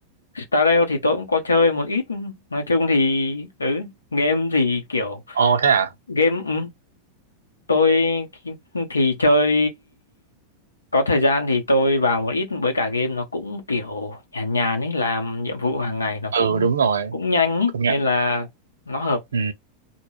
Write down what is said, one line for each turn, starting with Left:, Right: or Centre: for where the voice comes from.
Left: Stardew thì tôi cũng có chơi một ít nói chung thì ừ game thì kiểu
Right: ồ thế à
Left: game ừ, tôi thì chơi có thời gian thì tôi vào một ít với cả game nó cũng kiểu nhàn nhàn ấy làm nhiệm vụ hàng ngày nó
Right: ừ
Left: cũng
Right: đúng rồi
Left: cũng nhanh ấy
Right: công nhận
Left: nên là nó hợp
Right: ừ